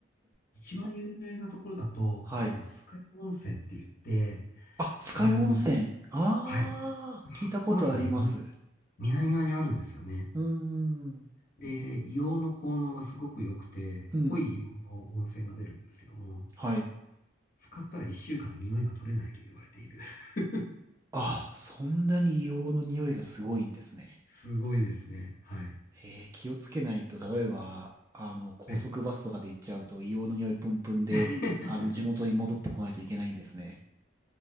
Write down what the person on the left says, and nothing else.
一番有名なところだと、
あの、酸ヶ湯温泉って言って、
あの、
はい、
こ甲のに南側にあるんですよね。
で、硫黄の効能がすごく良くて、
濃い硫黄の温泉が出るんですけども、
使ったら1週間匂いが取れないと言われている。<laughs>
すごいですね。はい。
はい。
<laughs>